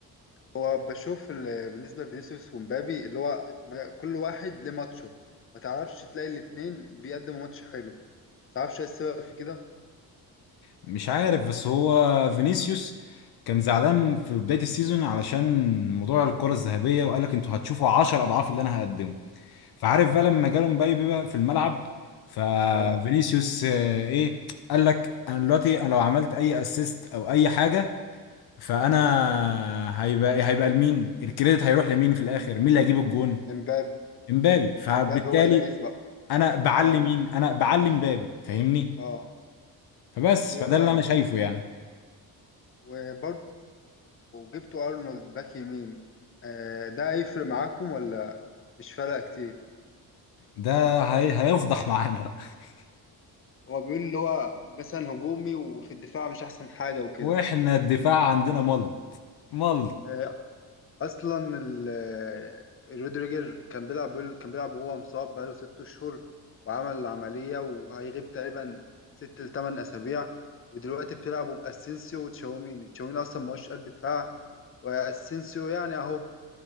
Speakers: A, on the left; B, on the left.
A: هو بشوف ال- بالنسبه لفينيسيوس ومبابي اللي هو ما- كل واحد ليه ماتشه ما تعرفش تلاقي الاتنين بيقدموا ماتش حلو ما تعرفش ايه السبب في كده
B: مش عارف بس هو فينيسيوس كان زعلان في بداية السيزون علشان موضوع الكرة الذهبية وقال لك انتوا هتشوفوا 10 اضعاف اللي انا هقدمه فعارف بقى لما جاله مبابي بقى في الملعب ففينيسيوس
A: اه
B: آه، ايه قال لك انا دلوقتي أنا لو عملت اي اسيست او اي حاجه فانا
A: امم
B: هيبقى هيبقى لمين الكريدت هيروح لمين في الاخر مين اللي هيجيب الجون
A: امبابي
B: امبابي فبالتالي
A: امبابي هو اللي هيسبق
B: انا بعلي
A: اه
B: مين انا بعلي امبابي فاهمني
A: اه
B: فبس
A: ايوه
B: فده
A: فاهم
B: اللي انا شايفه يعني
A: وبرضه جبتوا ارنولد باك يمين آه، ده هيفرق معاكم ولا مش فارقه كتير
B: ده هي هيفضح معانا بقى <laughs>
A: هو بيقول اللي هو مثلا هجومي وفي الدفاع مش احسن حاجه وكده
B: واحنا الدفاع عندنا مل مل
A: آه، اصلا ال- آه، رودريجر كان بيلعب بيقول- كان بيلعب وهو مصاب بقاله ست اشهر وعمل عمليه وهيغيب تقريبا ست لتمن اسابيع ودلوقتي بتلعبوا باسينسيو وتشاوميني تشاوميني اصلا ما هوش قلب دفاع واسينسيو يعني اهو